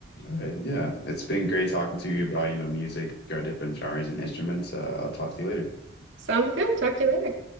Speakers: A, on the left; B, on the right.
A: All right. Yeah, it's been great talking to you about, you know, music, our different genres and instruments. Uh, I'll talk to you later.
B: Sounds good. Talk to you later.